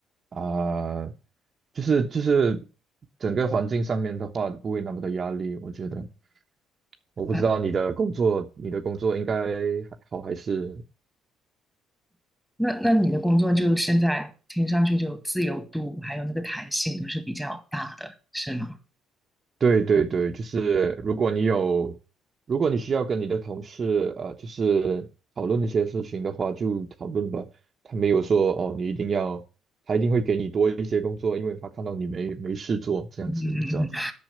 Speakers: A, on the right; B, in the centre.
A: 啊、就是就是整个环境上面的话不会那么的压力，我觉得，我不知道你的工作，
B: 嗯，
A: 你的工作应该还好还是？
B: 那那你的工作就现在听上去就自由度还有那个弹性都是比较大的，是吗？
A: 对对对，就是如果你有，如果你需要跟你的同事呃，就是讨论一些事情的话，就讨论吧。他没有说哦，你一定要，他一定会给你多一些工作，因为他看到你没没事做这样子，
B: 嗯。
A: 你知道。